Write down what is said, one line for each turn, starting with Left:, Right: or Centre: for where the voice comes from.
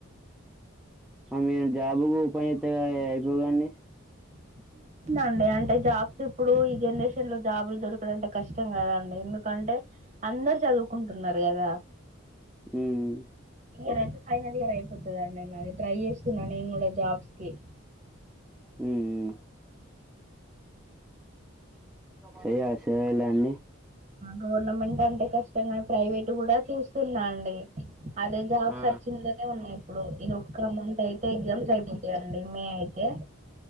Centre: మీరు జాబుకు ఉపాయం చెప్తే అయిపోవు కదండీ
Right: <unintelligible> అంటే జాబ్స్ ఇప్పుడు జనరేషన్ లో జాబులు దొరకడంటే కష్టం కదండి ఎందుకంటే అందరు చదువు టున్నారు కదా,
Centre: ఉమ్.
Right: ఇయర్ అయితే సెకండియర్ అయిపోతుందిండి నాది ట్రై చేస్తున్న నేను కూడా జాబ్స్ కి
Centre: మ్మ్ చేయాలి చేయాలండి
Right: గవర్నమెంట్ అంటే కష్టంగాని ప్రైవేట్ కూడా చూస్తున్నా అండి అదే జాబ్
Centre: ఆ
Right: సెర్చింగ్ లోనే ఉన్నా ఇప్పుడు ఇది ఒక్క మంత్ అయితే ఎగ్జామ్స్ అయిపోంది <unintelligible> మే అయితే